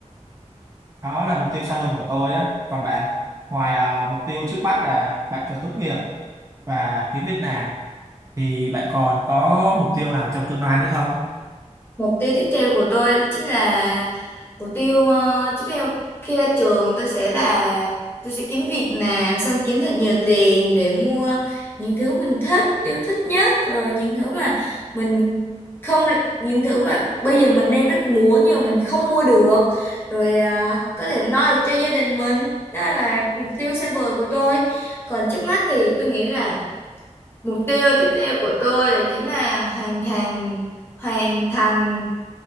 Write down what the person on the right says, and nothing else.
đó là mục tiêu xa hơn của tôi á còn bạn ngoài ờ, mục tiêu trước mắt là bạn cần tốt nghiệp và kiếm việc làm thì bạn còn có mục tiêu nào trong tương lai nữa không